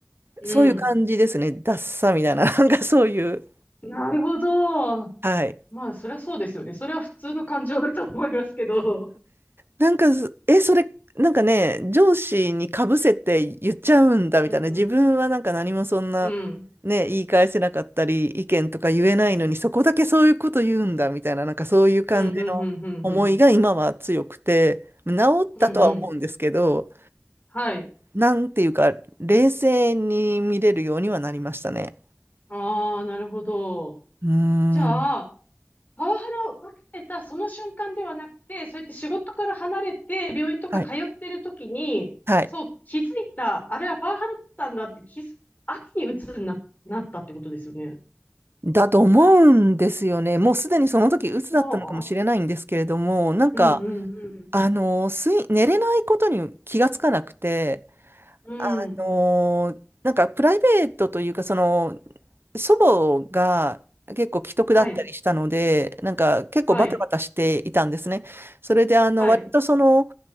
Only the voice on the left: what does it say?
うん。
うん
なるほど。
まあ、そりゃそうですよね。それは普通の感情だと思いますけど。
うん、うん、
うん、
うん、うん、うん、うん、うん、
うん。うんはい。
ああ、なるほど。
じゃあ、
パワハラを受けてたその瞬間ではなくて、そうやって仕事から離れて、病院とか通ってる時に、
そう、気づいた、あれはパワハラだったんだって気づく、後に鬱にな、なったってことですよね。
ああ、
うんうん
うん。
うん。
はい、
はい、
はい。